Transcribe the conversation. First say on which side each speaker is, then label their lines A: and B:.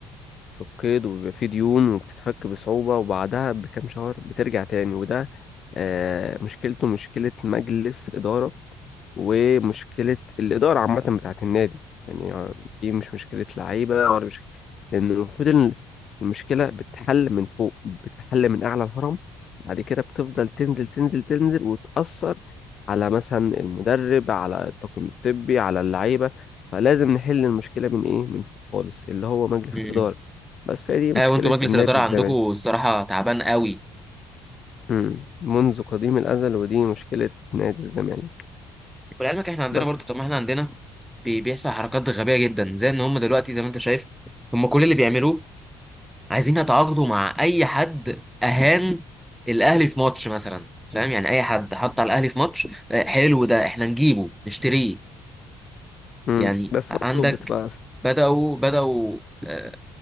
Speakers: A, on the left; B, in the centre.
A: في القيد وبيبقى فيه ديون وبتتفك بصعوبة وبعدها بكام شهر بترجع تاني وده آه، مشكلته مشكلة مجلس إدارة ومشكلة الإدارة عامة بتاعت النادي يعني دي مش مشكلة لعيبة ولا مش لأن المفروض إن المشكلة بتتحل من فوق بتتحل من أعلى الهرم بعد كده بتفضل تنزل تنزل تنزل وتأثر على مثلا المدرب على الطاقم الطبي على اللعيبة فلازم نحل المشكلة من إيه من فوق خالص اللي هو مجلس
B: امم
A: الإدارة بس فهي دي مشكلة
B: اه وانتوا مجلس
A: النادي
B: الإدارة عندكوا
A: الزمالك
B: الصراحة تعبان قوي
A: مم. منذ قديم الأزل ودي مشكلة نادي الزمالك
B: ولعلمك احنا عندنا
A: بس
B: برضه طب ما احنا عندنا بي- بيحصل حركات غبية جدا زي ان هم دلوقتي زي ما انت شايف هم كل اللي بيعملوه عايزين يتعاقدوا مع اي حد اهان الاهلي في ماتش مثلا فاهم يعني اي حد حط على الاهلي في ماتش آه، حلو ده احنا نجيبه نشتريه
A: مم.
B: يعني
A: بس
B: عندك
A: برضه بتبقى
B: بدأوا بدأوا آه،